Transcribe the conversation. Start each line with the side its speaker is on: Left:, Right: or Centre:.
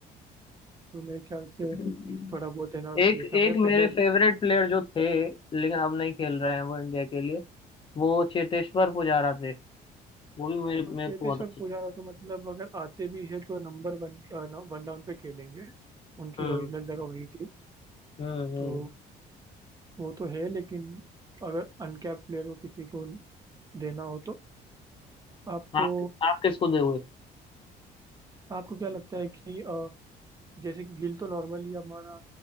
Right: तो मेरे ख्याल से
Left: आप
Right: थोड़ा बहुत है ना
Left: एक
Right: देखना
Left: एक
Right: पड़ेगा
Left: मेरे
Right: पहले
Left: फेवरेट प्लेयर जो थे लेकिन अब नहीं खेल रहे हैं वो इंडिया के लिए वो चेतेश्वर पुजारा थे वो भी मेरे मेरे
Right: हाँ, चेतेश्वर
Left: को बहुत अच्छे
Right: पुजारा तो मतलब अगर आते भी है तो नंबर वन वन डाउन पे खेलेंगे
Left: लगते
Right: उनकी
Left: हैं। हम्म
Right: ओरिजिनल जगह वही थी
Left: हम्म हम्म
Right: तो वो तो है लेकिन अगर अनकैप्ड प्लेयर को किसी को देना हो तो आपको
Left: आप आप किसको दोगे
Right: आपको क्या लगता है कि अ, जैसे कि गिल तो नॉर्मली हमारा